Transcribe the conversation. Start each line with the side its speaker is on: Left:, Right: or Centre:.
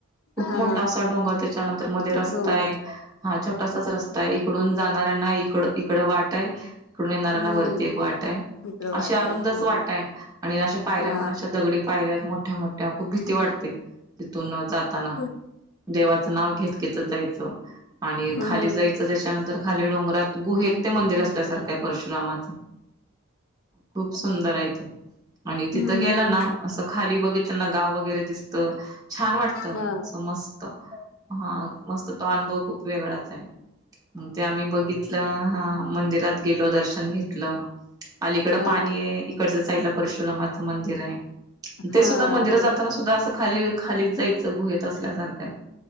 Left: हा
Right: मोठासा डोंगर त्याच्यानंतर मध्ये रस्ता
Left: डोंगर
Right: आहे हा छोटासाच रस्ता आहे इक डून जाणाऱ्यांना इकड इकड वाट आहे तीकडून येणाऱ्यांना
Left: हम्म
Right: वरती एक वाट आहे,
Left: इकड
Right: आशे
Left: वाट
Right: अरुंदच
Left: आहे हा
Right: वाट आहे आणि अशा पायऱ्या
Left: हा
Right: पण अशा दगडी पायऱ्या आहेत मोठ्या मोठ्या खूप भीती वाटते तिथून जाताना.
Left: हं.
Right: देवाचं नाव घेत घेतच जायचं आणि
Left: हम्म
Right: खाली जाय चं त्याच्यानंतर खाली डोंगरात गुहेत ते मंदिर असल्यासारखं आहे परशुरामाच. खूप सुंदर आहे ते. आणि तिथं
Left: हम्म
Right: गेलं ना असं खाली बघितलं ना गाव वगैरे दिसत छान वाटत
Left: हा
Right: सं. मस्त हा मस्त तो अनुभव खूप वेगळाच आहे मग ते आम्ही बघित ल हा मंदिरात गेलो दर्शन घेतलं आलीकड
Left: हा
Right: पाणी आहे इक कडच्या साईडला परशुरामाचं मंदिर आहे ते
Left: हा
Right: सुद्धा मंदिरात
Left: होय
Right: जाताना सुद्धा आसं खाली खालीचं जायचं गुहेत असल्यासारखं आहे.